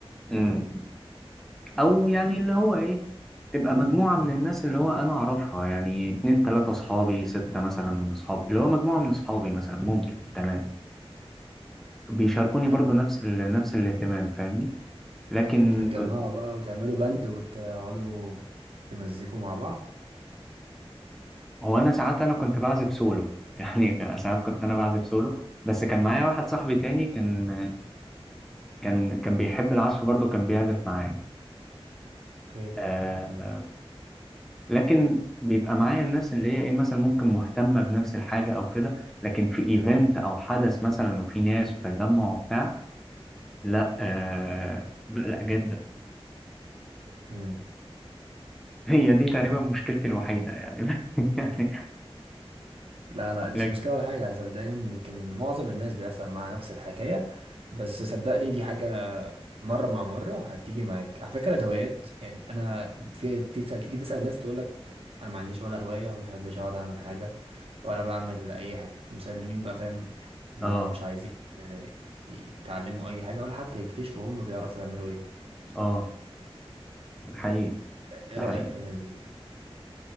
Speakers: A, in the centre; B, on the right.
A: مم. او يعني اللي هو ايه تبقى مجموعه من الناس اللي هو انا اعرفها يعني اتنين تلاته اصحابي سته مثلا من اصحابي اللي هو مجموعه من اصحابي مثلا ممكن تمام بيشاركوني
B: حلو
A: برضو نفس ال... نفس الاهتمام فاهمني لكن
B: بتتجمعوا بقى وتعملوا بند وتقعدوا تمزيكوا مع بعض
A: هو انا ساعات انا كنت بعزف سولو <laughs> يعني ساعات كنت انا بعزف سولو بس كان معايا واحد صاحبي تاني كان كان كان بيحب العزف برضه كان بيعزف معايا
B: اوكي
A: آه لكن بيبقى معايا الناس اللي هي ايه مثلا ممكن مهتمة بنفس الحاجة او كده لكن في ايفنت او حدث مثلا وفي ناس وتجمع وبتاع لا آه لا جدا
B: مم.
A: <laughs> هي دي تقريبا مشكلتي الوحيدة يعني <laughs> يعني
B: لا لا دي
A: لك
B: مش مشكلة ولا حاجة صدقني ممكن معظم الناس بيحصل معاها نفس الحكاية بس صدقني دي حاجة مرة مع مرة هتيجي معاك على فكرة الهوايات يعني أنا في تسأل تيجي تسأل ناس تقولك أنا ما عنديش ولا هواية وما بحبش أقعد أعمل حاجة ولا بعمل أي حاجة مسلمين بقى فاهم إن
A: اه
B: هما مش عايزين آه، ي- يتعلموا أي حاجة ولا حتى يكتشفوا هما بيعرفوا يعملوا إيه
A: اه حقيقي
B: إيه
A: ده
B: رأيك
A: حقيقي
B: في الناس دي؟